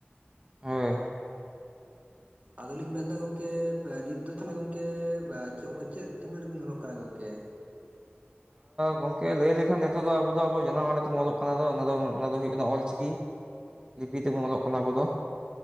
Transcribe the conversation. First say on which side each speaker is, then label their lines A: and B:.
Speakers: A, on the right; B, on the right.
A: ᱦᱳᱭ
B: ᱟᱫᱚᱞᱤᱧ ᱢᱮᱱᱫᱟ ᱜᱚᱢᱠᱮ ᱱᱤᱛ ᱫᱚ ᱛᱟᱦᱚᱞᱮ ᱜᱚᱢᱠᱮ ᱪᱮᱫ ᱛᱤᱱᱟᱹᱜ ᱨᱮᱵᱤᱱ ᱫᱩᱲᱩᱵ ᱠᱟᱱᱟ ᱜᱚᱝᱠᱮ?
A: ᱜᱚᱝᱠᱮ ᱞᱟᱹᱭ ᱞᱮᱠᱷᱟᱱ ᱱᱤᱛᱚᱜ ᱫᱚ ᱟᱵᱚ ᱡᱟᱱᱟᱢ ᱟᱲᱟᱝ ᱛᱮᱵᱚᱱ ᱚᱞᱚᱜ ᱠᱟᱱᱟ ᱚᱱᱟ ᱫᱚ ᱦᱩᱭᱩᱜ ᱠᱟᱱᱟ ᱚᱞ ᱪᱤᱠᱤ ᱞᱤᱯᱤ ᱛᱮᱵᱚᱱ ᱚᱞᱚᱜ ᱠᱟᱱᱟ ᱟᱵᱚ ᱫᱚ